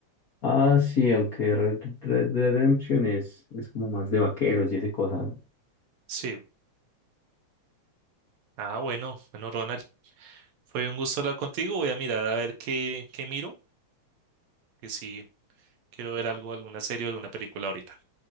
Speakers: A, on the left (about 50°); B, on the right (about 75°).
A: Ah, sí, aunque Red Red Dead Redemption es, es como más de vaqueros y ese cosa.
B: Sí. Ah, bueno, bueno, Ronald. Fue un gusto hablar contigo. Voy a mirar a ver qué, qué miro, que si quiero ver algo, alguna serie o alguna película ahorita.